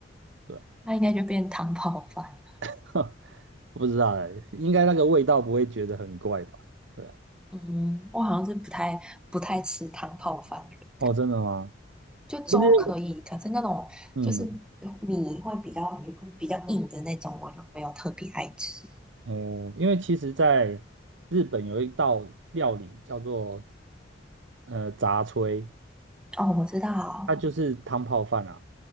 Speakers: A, on the right; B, in the centre.
A: 对啊
B: 那应该就变汤泡饭了
A: <laughs> 我不知道哎，应该那个味道不会觉得很怪吧？对啊，
B: 嗯，我好像是不太不太吃汤泡饭的人，
A: 哦，真的吗？
B: 就粥可以，
A: 其实，
B: 可是那种就是
A: 嗯，
B: 米会比较比较硬的那种，我就没有特别爱吃。
A: 哦，因为其实在日本有一道料理叫做呃杂炊，
B: 哦，我知道，
A: 它就是汤泡饭啊。